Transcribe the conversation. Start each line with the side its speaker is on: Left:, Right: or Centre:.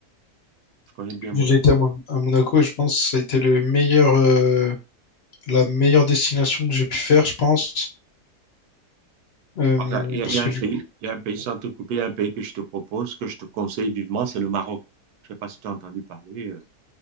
Right: je connais bien Monaco.
Left: J'ai été à, Mon- à Monaco et je pense que ça a été le meilleur, euh, la meilleure destination que j'ai pu faire, je pense. Euh,
Right: Ok, il y
Left: parce
Right: a, il y a
Left: que
Right: un
Left: du
Right: pays,
Left: coup,
Right: il y a un pays sans te couper, il y a un pays que je te propose, que je te conseille vivement, c'est le Maroc. Je ne sais pas si tu as entendu parler. euh,